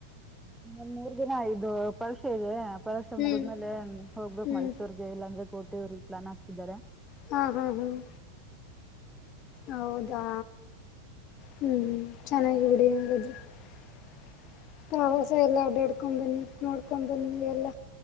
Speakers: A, in the centre; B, on the left (about 35°).
A: ನನ್ ಮೂರ್ ದಿನ ಇದು ಪರೀಕ್ಷೆ ಇದೆ ಪರೀಕ್ಷೆ
B: ಹ್ಮ್
A: ಮುಗಿದ್ಮೇಲೆ ಹೋಗ್ಬೇಕು
B: ಹ್ಮ್
A: ಮೈಸೂರ್ಗೆ ಇಲ್ಲಾಂದ್ರೆ ಕೋಟೆವ್ರರಿಗೆ ಪ್ಲಾನ್ ಹಾಕ್ತಿದಿದ್ದಾರೆ
B: ಹಾ ಹಾ ಹ್ಮ್ ಹೌದಾ ಹ್ಮ್ ಹ್ಮ್ ಚೆನ್ನಾಗಿ ಬಿಡಿ ಹಂಗಾದ್ರೆ <unintelligible> ಹ ಸೋ ಎಲ್ಲ ಓಡಾಡ್ಕೊಂಡ್ ಬನ್ನಿ ನೋಡ್ಕೊಂಡು ಬನ್ನಿ ಎಲ್ಲ